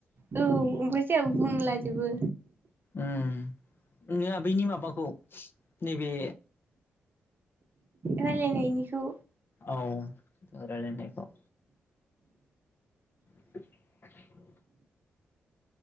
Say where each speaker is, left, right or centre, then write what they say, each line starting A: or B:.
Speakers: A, on the right; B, on the left.
A: औ ओमफ्राय जायाबाबो बुंलाजोबो
B: ओम ओङा बैनि माबाखौ नैबे
A: रायलायनायनिखौ
B: औ रायलायनायखौ <inaudible>